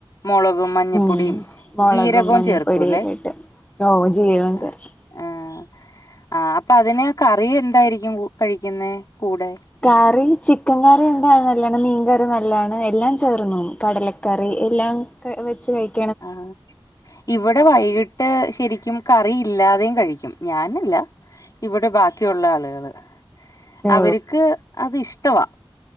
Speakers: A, on the left; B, on the left.
A: മൊളകും മഞ്ഞപ്പൊടിയും
B: ഉം മുളകും
A: ജീരകവും
B: മഞ്ഞപ്പൊടിയെല്ലാം
A: ചേർക്കൂല്ലേ
B: ഇട്ട് ഓ ജീരകം
A: ആ
B: ചേർക്കും
A: ആഹ് ആ അപ്പൊ അതിന് കറി എന്തായിരിക്കും കഴിക്കുന്നേ കൂടെ
B: കാറി ചിക്കൻ കറി <unintelligible> നല്ലതാണ് മീൻ കറി നല്ലതാണ് എല്ലാം ചേർന്ന് പോകും കടലക്കറി എല്ലാം ക് വെച്ച് കഴിക്ക
A: ആഹ് ഇവിടെ വൈകിട്ട് ട്ട് ശരിക്കും കറി ഇല്ലാതെയും കഴിക്കും ഞാനല്ല ഇവിടെ ബാക്കിയുള്ള ആളുകള്
B: ഓ
A: അവര്ക്ക് അത് ഇഷ് ട്ടവാ